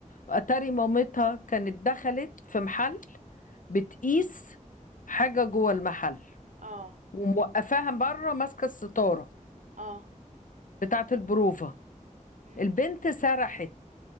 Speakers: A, on the left (about 80°); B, on the right (about 65°).
A: اتاري مامتها كانت دخلت في محل بتقيس حاجة جوه المحل
B: اه
A: وموقفاها بره ماسكة الستارة
B: اه
A: بتاعة البروفة
B: امم
A: البنت سرحت